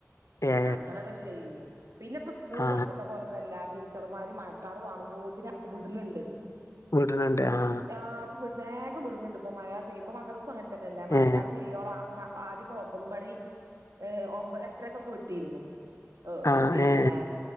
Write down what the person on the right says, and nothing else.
അങ്ങനൊക്കെ ചെയ്യും പിന്നെ പ്പ സ് കൂള്
പണ്ടത്തെ പോലൊന്നും അല്ലാ ടീച്ചർമാര് മഴക്കാർ കാണുമ്പോത്തിന് വിട്ണ് ണ്ട്
ആഹ് പ്പം വിട് വേഗം വിട്ണ് ണ്ട് ഇപ്പ മഴ ഇപ്പം മദ്രസും അങ്ങനെതന്നെയല്ല മഴക്കാലം
കഴി യോളം ആദ്യൊക്കെ ഒമ്പത് മണി ഏ ഒമ്പത് എട്ടരക്കൊക്കെ വിട്ടിരുന്നു
പിന്നെ